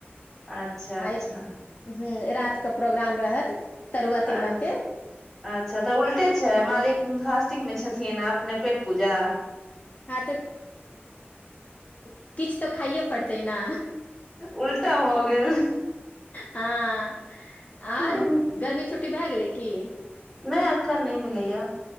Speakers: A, in the centre; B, on the left.
A: अच्छा अच्छा
B: आई हूँ रात क प्रोग्राम रहत तरुआ तीमन
A: अछ
B: के
A: -अच्छा तऽ उलटे छै मालिक फास्टिंग मे छथिन अपने पेट पूजा।
B: हँ किछ तऽ खाइए पड़तै न
A: उलटा भ गेल
B: हँ आर
A: हम्म,
B: गर्मी छुट्टी भए गेलै की
A: नहि अखन नहि भेलै या